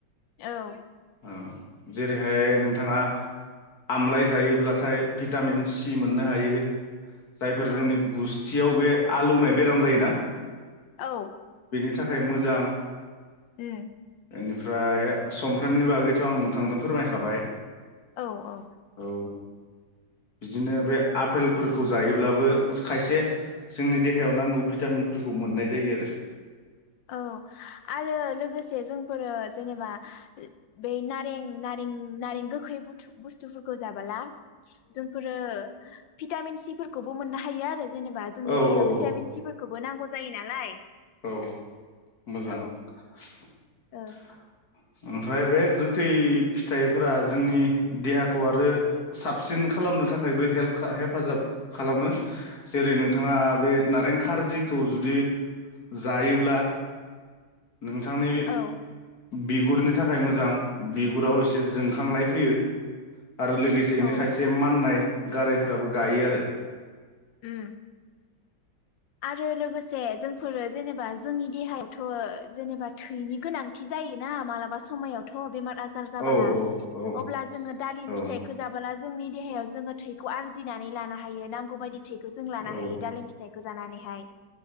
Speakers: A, on the left; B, on the left.
A: ओ
B: औ। जेरैहाय नोंथाङा आमलाय जायोब्लाथाय भिटामिन सि मोननो हायो। जायफोर
A: उम
B: जोंनि गुस्थियाव बे बुनाय बेराम जायोना।
A: औ।
B: नि थाखाय मोजां।
A: ए।
B: बेनिफ्राय समफ्रामनि बागैथ' आं नोंथांनो फोरमायखाबाय।
A: औ औ
B: औ। बिदिनो बे आफेलफोरखौ जायोब्लाबो खायसे जोंनि देहायाव नांगौ भिटामिनफोरखौ मोननाय जायो आरो ।
A: औ आरो लोगोसे जोंफोरो जेनेबा बेै नारें नारें नारें गोखै बस्थुफोरखौ जाबोला जोंफोरो भिटामिन सिफोरखौबो मोननो हायो आरो। जेनेबा जोंनि
B: औ
A: देहायाव
B: औ
A: भिटामिन
B: औ
A: सिफोरखौ बो नांगौ जायो नालाय।
B: औ मोजां।
A: ओ
B: <inaudible>
A: औ
B: ओमफ्राय बे गोखै फिथाइफोरा जोंनि देहाखौ आरो साबसिन खालामनो थाखायबो हेल्प हेफाजाब खालामो। जेरै नोंथाङा बे नारें खार जिखौ जुदि जायोब्ला नोंथांनि।
A: औ
B: बिगुरनि थाखाय मोजां बिगुराव एसे जोंखांनाय फैयो। आरो लोगोसेनो
A: औ
B: खायसे माननाय गारायफोराबो गायो आरो।
A: उम। आरो लोगोसे जोंफोरो जेनेबा जोंनि देहायावथ' जेनेबा थैनि गोनांथि जायोना मालाबा समायाव बेमार आजार जाबोला
B: औ औ औ
A: अब्ला जों दालिम
B: औ
A: फिथाय जाबोला जोंनि देहायाव जोङो थैखौ आरजिनानै लानो हायो नांगौ बायदि थैखौ जों लानो
B: औ
A: हायो दालिम फिथाइ जानानैहाय।